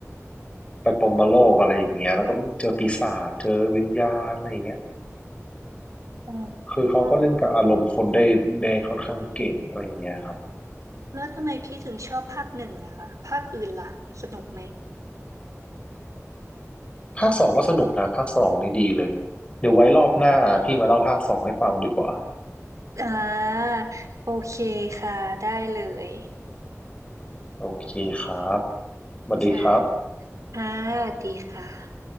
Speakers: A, on the left; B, on the right.
A: ไปปรหมโลกอะไรอย่างเงี้ยแล้วก็เจอปีศาจเจอวิญญาณอะไรอย่างเงี้ย
B: อ
A: คือเขาก็เล่นกับอารมณ์คนได้ได้ค่อนข้างเก่งอะไรอย่างเงี้ยครับ
B: ๋อแล้วทำไมพี่ถึงชอบภาคหนึ่งอะคะภาคอื่นล่ะสนุกไหม
A: ภาคสองก็สนุกนะภาคสองนี่ดีเลยเดี๋ยวไว้รอบหน้าพี่มาเล่าภาคสองให้ฟังดีกว่า
B: อ่าโอเคค่ะได้เลย
A: โอเคครับสวัสดีครับ
B: ค่ะค่ะสวัสดีค่ะ